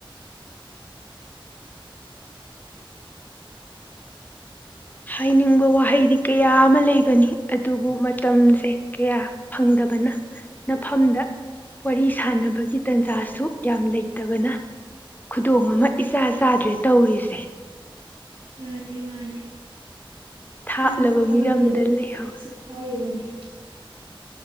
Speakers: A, on the left (about 20°); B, on the right (about 75°).
A: ꯍꯥꯏꯅꯤꯡꯕ ꯋꯥꯍꯩꯗꯤ ꯀꯌꯥ ꯑꯃ ꯂꯩꯕꯅꯤ ꯑꯗꯨꯕꯨ ꯃꯇꯝꯁꯦ ꯀꯌꯥ ꯐꯪꯗꯕꯅ ꯅꯐꯝꯗ ꯋꯥꯔꯤ ꯁꯥꯟꯅꯕꯒꯤ ꯇꯥꯟꯖꯥꯁꯨ ꯌꯥꯝ ꯂꯩꯇꯕꯅ ꯈꯨꯗꯣꯡ ꯑꯃ ꯏꯆꯥ ꯆꯥꯗ꯭ꯔꯦ ꯇꯧꯔꯤꯁꯦ
B: ꯃꯥꯅꯤ ꯃꯥꯅꯤ
A: ꯊꯥꯞꯂꯕ
B: ꯅꯪꯅ ꯐꯥꯎꯔꯤꯕ
A: ꯃꯤꯔꯝꯗ
B: ꯑꯗꯨꯒꯨꯝꯅ
A: ꯂꯩꯍꯧ
B: ꯑꯩꯁꯨ ꯐꯥꯎꯔꯤꯕꯅꯤ